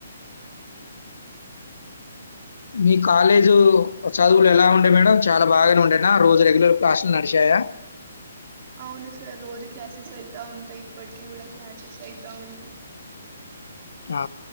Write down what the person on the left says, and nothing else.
మీ కాలేజు చదువులు ఎలా ఉండే మేడం చాలా బాగానె ఉండేన రోజు రెగ్యలర్ క్లాస్సులు నడిచాయా
ఆ